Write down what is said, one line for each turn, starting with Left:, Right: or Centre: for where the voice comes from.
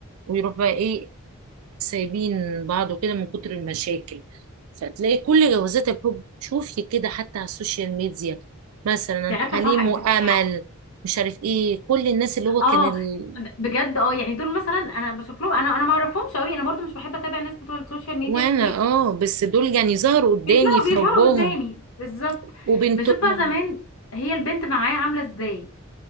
Right: ويروح بقى ايه سايبين بعض وكده من كتر المشاكل فتلاقي كل جوازات الحب شوفي كده حتى على السوشيال ميديا مثلا
Left: انت
Right: حليم
Left: عارفه صح انت
Right: وأمل
Left: معاكي حق
Right: مش عارف ايه كل الناس اللي هو
Left: اه
Right: كان ال...
Left: ب- بجد اه يعني دول مثلا انا بشوف لهم انا انا ما اعرفهمش قوي انا برضو مش بحب اتابع الناس بتوع السوشيال ميديا
Right: وانا
Left: كتير
Right: اه بس دول يعني ظهروا قدامي
Left: بيطلعوا
Right: في
Left: بيظهروا
Right: حبهم
Left: قدامي بالظبط
Right: وبنتهم
Left: بشوف بقى زمان هي البنت معاه عامله ازاي